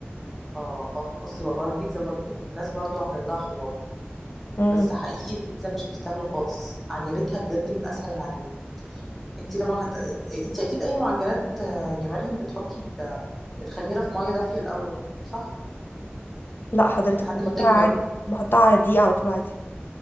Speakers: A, in the centre; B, on the left (about 55°).
A: اه آه. بصي والله البيتزا برضو الناس برضو عاملين لها حوار
B: امم
A: بس حقيقي البيتزا مش مستاهله خالص عجينتها بجد من اسهل العجائن انت طبعا هت... انت اكيد اي معجنات آه، يا مريم بتحطي ال- الخميره في ميه دافيه الاول صح
B: لا حضرتك
A: لحد
B: بحطها
A: ما تكبر
B: عادي بحطها على الدقيقة على طول عادي